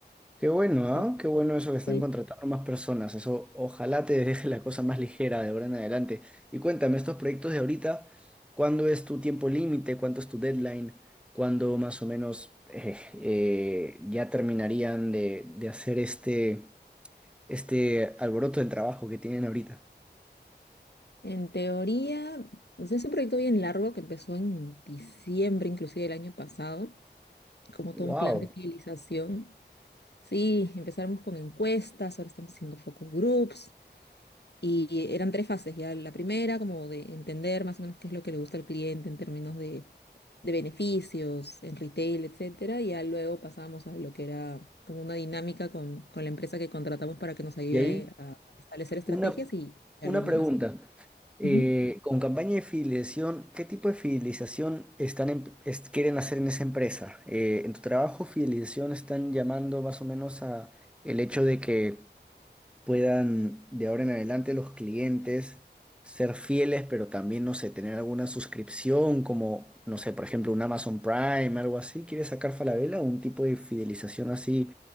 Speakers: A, in the centre; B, on the left.
A: Qué bueno, ¿ah?
B: Ah,
A: Qué bueno eso que están
B: Sí,
A: contratando más personas. Eso ojalá te deje la cosa más ligera de ahora en adelante. Y cuéntame, estos proyectos de ahorita, ¿cuándo es tu tiempo límite? ¿Cuánto es tu deadline? ¿Cuándo más o menos eh, eh, ya terminarían de, de hacer este, este alboroto del trabajo que tienen ahorita?
B: en teoría, o sea, es un proyecto bien largo que empezó en diciembre, inclusive el año pasado, como
A: ¡Wow!
B: todo un plan de fidelización. Sí, empezamos con encuestas, ahora estamos haciendo focus groups, Y eran tres fases, ya la primera como de entender más o menos qué es lo que le gusta al cliente en términos de, de beneficios, en retail, etcétera, y ya luego pasamos a lo que era como una dinámica con, con la empresa que contratamos para que nos ayude
A: ¿Y ahí
B: a establecer estrategias
A: Una,
B: y ya
A: una
B: luego una
A: pregunta.
B: más.
A: Eh,
B: Ujú.
A: con campaña de fidelización, ¿qué tipo de fidelización están en- es- quieren hacer en esa empresa? Eh, en tu trabajo, fidelización están llamando más o menos a el hecho de que puedan de ahora en adelante los clientes ser fieles, pero también, no sé, tener alguna suscripción como, no sé, por ejemplo, un Amazon Prime, algo así. ¿Quieres sacar Falabella? ¿Un tipo de fidelización así